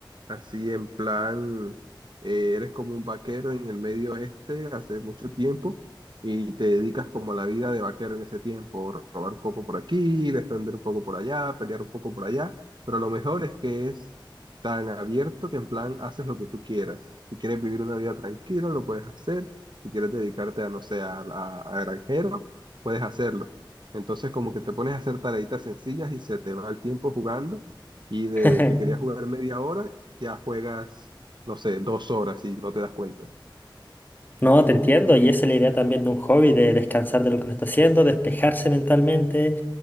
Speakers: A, on the right; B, on the left.
A: Así en plan, eh, eres como un vaquero en el medio oeste hace mucho tiempo y te dedicas como a la vida de vaquero en ese tiempo, robar un poco por aquí, defender un poco por allá, pelear un poco por allá, pero lo mejor es que es tan abierto que en plan haces lo que tú quieras. Si quieres vivir una vida tranquila, lo puedes hacer. Si quieres dedicarte a, no sé, a, a- a granjero, puedes hacerlo. Entonces como que te pones a hacer tareitas sencillas y se te va el tiempo jugando y de
B: <laughs>
A: que querías jugar media hora ya juegas, no sé, dos horas y no te das cuenta.
B: No, te entiendo, y esa es la idea también de un hobby, de descansar de lo que uno está haciendo, despejarse mentalmente.